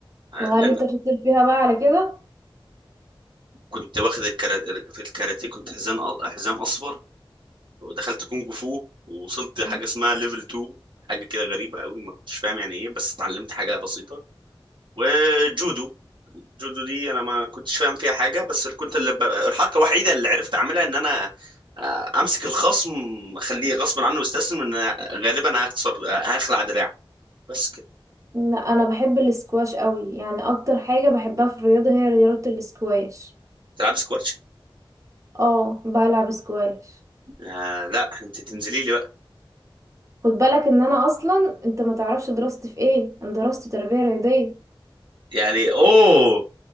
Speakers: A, on the right (about 35°); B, on the right (about 60°).
A: وهل
B: لان
A: انت شاطر فيها بقى على كده
B: كنت واخد الكرا... في الكاراتيه كنت حزام حزام اصفر ودخلت كونج فو ووصلت حاجه
A: بت...
B: اسمها ليفل 2 حاجه كده غريبه قوي ما كنتش فاهم يعني ايه بس اتعلمت حاجه بسيطه وجودو الجودو دي انا ما كنتش فاهم فيها حاجه بس اللي كنت اللي ب... الحركه الوحيده اللي عرفت اعملها ان انا آه، امسك الخصم اخليه غصب عنه يستسلم ان غالبا هكسر هخلع دراعه بس كده
A: لا انا بحب الاسكواش قوي يعني اكتر حاجه بحبها في الرياضه هي رياضه الاسكواش
B: تلعب سكواتش
A: اه بلعب اسكواش
B: آه لا انت تنزلي لي بقى
A: خد بالك ان انا اصلا انت ما تعرفش دراستي في ايه انا دراستي تربيه رياضيه
B: يعني اوه